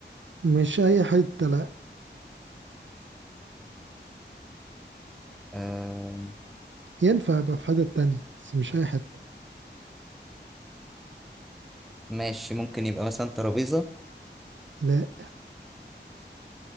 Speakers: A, on the right (about 85°); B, in the centre.
A: مش أي حتة لا
B: أم...
A: ينفع يبقى في حتة تانية بس مش أي حتة
B: ماشي ممكن يبقى مثلا ترابيزه
A: لا